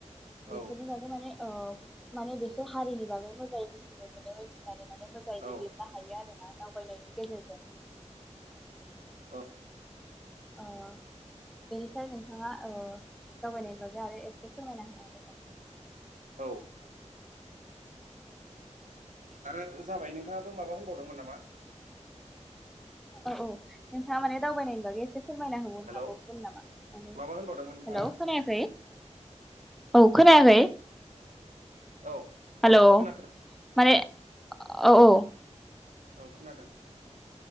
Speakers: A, on the right; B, in the centre.
A: औ
B: बेफोरनि बागै माने ओ माने बेसोर हारिनि बागै मोजाङै मिथिनो मोनो मिथि आरो माने मोजाङै
A: औ
B: लिरनो हायो आरो। दावबायनायनि गेजेरजों
A: औ
B: ओ बेनिखाय नोंथाङा ओ दावबायनायनि बागै आरो एसे फोरमायना होनो हागोन नामा?
A: औ आरो जाबाय नोंथाङाबो माबा होनबावदोंमोन नामा?
B: औ औ नोंथाङा माने दावबायनायनि बागै एसे फोरमायना होनो
A: हेलौ
B: हाबावगोन नामा माने
A: माबा होनबावदोंमोन नोंथाङा
B: हेल' खोनायाखै। औ खोनायाखै।
A: औ
B: हेलौ
A: औ खोनाथार
B: माने औ औ।
A: औ खोनादों।